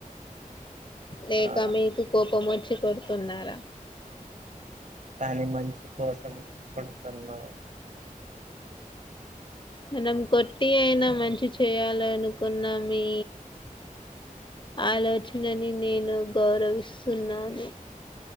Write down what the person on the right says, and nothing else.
ఆ
కాని మంచి కోసం కొడుతున్నా.